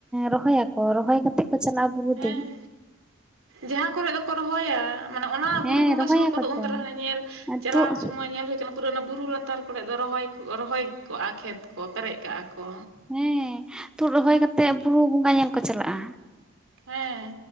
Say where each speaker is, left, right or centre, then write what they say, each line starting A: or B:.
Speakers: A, in the centre; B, on the right.
A: ᱨᱚᱦᱚᱭᱟᱠᱚ ᱨᱚᱦᱚᱭ ᱠᱟᱛᱮᱜ ᱠᱚ ᱪᱟᱞᱟᱜᱼᱟ ᱵᱩᱨᱩ
B: ᱦᱮᱸ
A: ᱛᱮ᱾
B: ᱡᱟᱦᱟᱸ ᱠᱚᱨᱮ ᱫᱚᱠᱚ ᱨᱚᱦᱚᱭᱟ᱾ ᱢᱟᱱᱮ ᱚᱱᱟ
A: ᱦᱮᱸ
B: ᱵᱩᱨᱩ ᱵᱚᱸᱜᱟ
A: ᱨᱚᱦᱚᱭᱟᱠᱚ
B: ᱥᱳᱨ ᱠᱚᱫᱚ ᱩᱱ
A: ᱛᱚ
B: ᱫᱟᱨᱟ ᱦᱟᱸᱜ ᱧᱮᱞ ᱪᱟᱞᱟᱣ
A: ᱛᱩᱫ
B: ᱥᱩᱢᱟᱹᱭ ᱧᱮᱞ ᱦᱩᱭ ᱠᱟᱱᱟ ᱯᱩᱨᱟᱹ ᱚᱱᱟ ᱵᱩᱨᱩ ᱞᱟᱛᱟᱨ᱾ ᱞᱟᱛᱟᱨ ᱠᱚᱨᱮ ᱫᱚ ᱨᱚᱦᱚᱭ ᱠᱩᱜ ᱨᱚᱦᱚᱭ ᱠᱚᱜᱼᱟ ᱠᱷᱮᱛ ᱠᱚ ᱯᱮᱨᱮᱡ ᱠᱟᱜᱼᱟ ᱠᱚ᱾
A: ᱦᱮᱸ ᱦᱮᱸ ᱛᱩᱫ ᱨᱚᱦᱚᱭ ᱠᱟᱛᱮᱜ ᱵᱩᱨᱩ ᱵᱚᱸᱜᱟ ᱧᱮᱞ ᱠᱚ ᱪᱟᱞᱟᱜᱼᱟ᱾
B: ᱦᱮᱸ